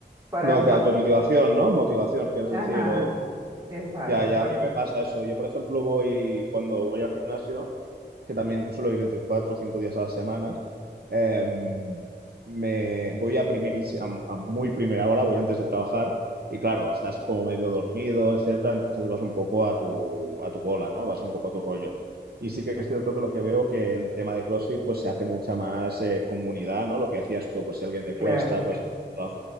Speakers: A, on the right; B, on the right.
A: Para,
B: No, que
A: pa-
B: automotivación, ¿no? Motivación, quieres
A: ajá,
B: decir, o
A: exacto,
B: Ya, ya,
A: pa-
B: a mí me pasa eso. Yo, por ejemplo, voy cuando voy al gimnasio, que también suelo ir entre cuatro o cinco días a la semana, eh, me voy a primerísima, a muy primera hora, voy antes de trabajar y claro, estás como medio dormido, etcétera, entonces vas un poco a tu, a tu bola, ¿no? Vas un poco a tu rollo. Y sí que es cierto que lo que veo que en tema de CrossFit pues se hace mucha más eh, comunidad, ¿no? Lo que decías tú, pues si a alguien le
A: claro.
B: cuesta, pues... Claro,